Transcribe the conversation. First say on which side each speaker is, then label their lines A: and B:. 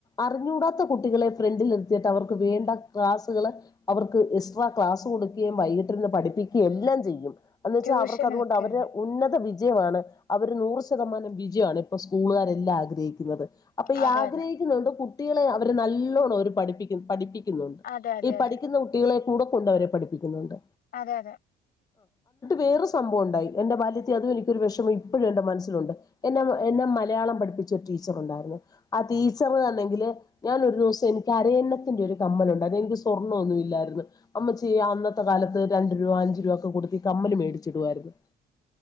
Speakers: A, on the left (about 20°); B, on the left (about 60°).
A: അറിഞ്ഞൂടാത്ത കുട്ടികളെ ഫ്രണ്ടിൽ നിർത്തിയിട്ട് അവർക്ക് വേണ്ട ക്ലാസ്സുകള് അവർക്ക് എക്സട്ര ക്ലാസ് കൊടുക്കുകയും വൈകിട്ട് ഇരുന്ന് പഠിപ്പിക്കുകയും എല്ലാം ചെയ്യും. എന്ന് വെച്ചാൽ
B: ട്യൂഷനും
A: അവർക്ക് അതുകൊണ്ട്
B: ഒക്കെ
A: അവര്
B: ഉണ്ട്
A: ഉന്നത വി ജയമാണ് അവര് നൂറ് ശതമാനം വിജയമാണ് ഇപ്പ സ്കൂളുകാരെല്ലാം ആഗ്രഹിക്കുന്നത്. അപ്പൊ ഈ
B: അതെ
A: ആഗ്രഹിക്കുന്നത്കൊണ്ട്
B: അതെ
A: കുട്ടികളെ അവരെ നല്ലോണം അവര് പഠിപ്പി പഠിപ്പി നുണ്ട്.
B: അതെ
A: ഈ
B: അതെ അതെ
A: പഠിക്കുന്ന കുട്ടികളെ കൂടെ കൊണ്ട് അവരെ പഠിപ്പിക്കുന്നുണ്ട്
B: അതെ അതെ
A: വേറൊ സംഭവം ഉണ്ടായി എന്റെ ബാല്യത്തിൽ അതും എനിക്കൊരു വിഷമം ഇപ്പോഴും എന്റെ മനസ്സിലുണ്ട്. എന്നെ എന്നെ മലയാളം പഠിപ്പിച്ച ഒരു ടീച്ചറുണ്ടായിരുന്നു. ആ ടീച്ചർ ആണെങ്കിൽ ഞാനൊരു ദിവസം എനിക്ക് അരയന്നത്തിന്റെ ഒരു കമ്മലുണ്ട് അന്നെനിക്ക് സ്‌ സ്വർണ്ണന്നുമില്ലായിരുന്നു അമ്മച്ചി അന്നത്തെ കാലത്ത് രണ്ട് രൂപ അഞ്ചു രൂപ ഒക്കെ കൊടുത്ത് ഈ കമ്മല് മേടിച്ചിടുവായിരുന്നു.